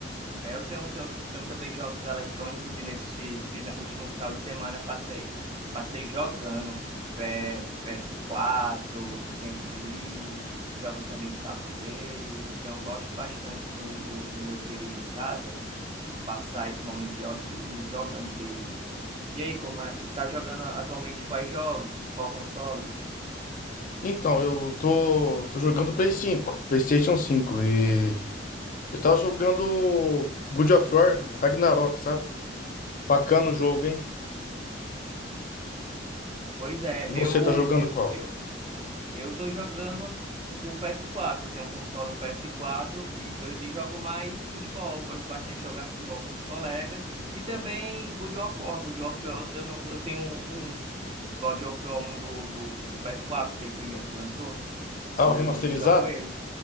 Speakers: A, on the right; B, on the left.
A: é, eu tenho, tenho, tenho também jogos eletrônicos e nesse fina- último final de semana passei, passei jogando P- PS4, Nintendo Wii, jogos também de tabuleiro, então eu gosto bastante do, do, do meu período em casa, passar esse momento de ócio jogando game. E aí, como é? Tá jogando atualmente quais jogos? Qual console?
B: Então, eu tô, tô jogando Play cinco, PlayStation cinco e Eu tava jogando God of War Ragnarok, sabe? Bacana o jogo, hein?
A: Pois é,
B: E você
A: eu
B: tá jogando qual?
A: eu eu tô jogando no PS4. Tenho um console, um PS4 e, tô- e jogo mais futebol. Gosto bastante de jogar futebol com os colegas e também God of War. God of War, eu tenho, eu tenho um God of War um do, do, do PS4, aquele primeiro que lançou,
B: Ah,
A: e
B: o remasterizado?
A: jogo ele.